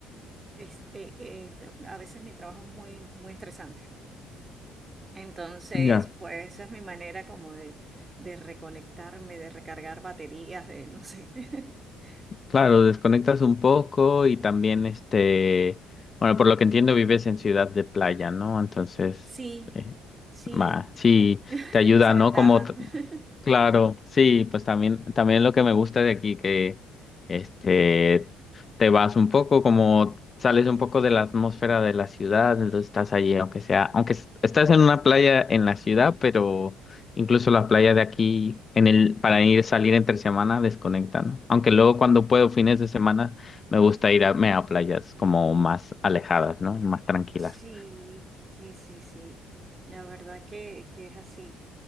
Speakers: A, on the right (about 30°); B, on the left (about 35°).
A: este, eh, a veces mi trabajo es muy, muy estresante. Entonces,
B: ya.
A: pues esa es mi manera como de, de reconectarme, de recargar baterías, de no sé. <laughs>
B: Claro, desconectas un poco y también este, bueno, por lo que entiendo vives en ciudad de playa, ¿no? Entonces,
A: Sí,
B: eh,
A: sí,
B: Va, sí, te ayuda,
A: tengo esa ventaja.
B: ¿no? Como, t-
A: <laughs>
B: claro, sí, pues también, también lo que me gusta de aquí, que este, te vas un poco, como sales un poco de la atmósfera de la ciudad, entonces estás allí, aunque sea, aunque es- estás en una playa en la ciudad, pero incluso la playa de aquí, en el, para ir salir entre semana, desconecta, ¿no? Aunque luego cuando puedo, fines de semana, me gusta irme a playas como más alejadas, ¿no? Más tranquilas.
A: Sí, sí, sí, sí. La verdad que, que es así.